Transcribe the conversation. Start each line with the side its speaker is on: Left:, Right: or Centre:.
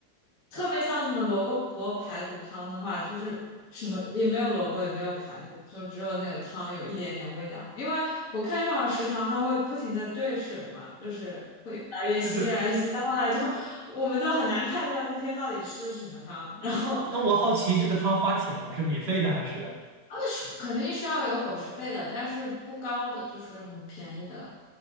Left: 特别像什么萝卜萝卜排骨汤的话，就是什么也没有萝卜，也没有排骨，就只有那个汤有一点点味道。因为我看上了食堂，它会不停的兑水嘛，就是会越来越稀，
Right: 就是
Left: 越来越稀，到后来就我们都很难判断那天到底吃的是什么汤。然后
Right: 那我好奇，这个汤花钱吗？是免费的还是
Left: 他们是肯定是要有伙食费的，但是不高的，就是很便宜的了。